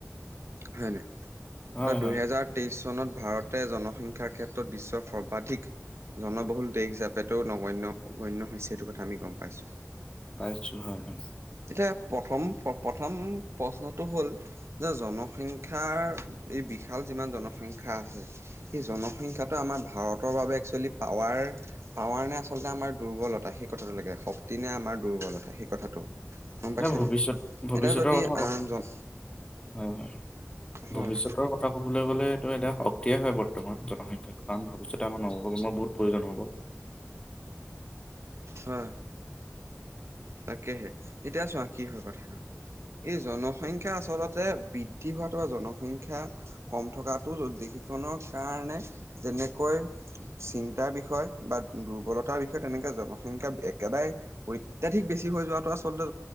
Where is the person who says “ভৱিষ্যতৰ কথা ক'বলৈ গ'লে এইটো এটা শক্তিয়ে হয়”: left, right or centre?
Left